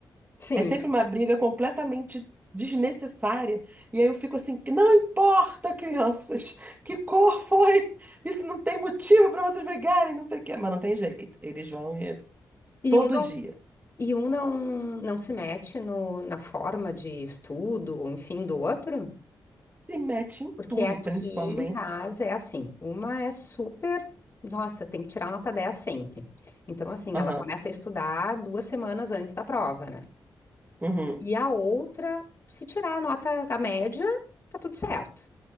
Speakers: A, on the left (about 35°); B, on the right (about 20°).
A: Sim.
B: É sempre uma briga completamente desnecessária. E aí eu fico assim, que não importa, crianças, que cor foi? Isso não tem motivo para vocês brigarem, não sei o quê. Mas não tem jeito. Eles vão e
A: E
B: todo
A: um não,
B: dia.
A: e um não, não se mete no, na forma de estudo, ou enfim, do outro?
B: Se mete em
A: Porque
B: tudo,
A: aqui
B: principalmente.
A: em casa é assim, uma é super, nossa, tem que tirar nota 10 sempre. Então, assim,
B: Aham.
A: ela começa a estudar duas semanas antes da prova, né?
B: Uhum.
A: E a outra, se tirar a nota da média, tá tudo certo.